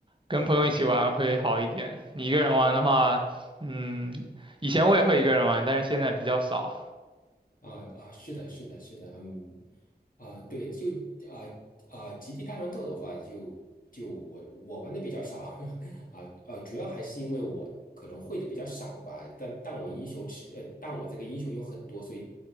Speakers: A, on the right; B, on the left.
A: 跟朋友一起玩会好一点。你一个人玩的话，嗯，以前我也会一个人玩，但是现在比较少。
B: 啊啊，是的，是的，是的，嗯，啊，对，就啊啊，极地大乱斗的话，就就我我玩的比较少，<laughs> 啊呃，主要还是因为我可能会的比较少吧，但但我英雄吃呃，但我这个英雄有很多，所以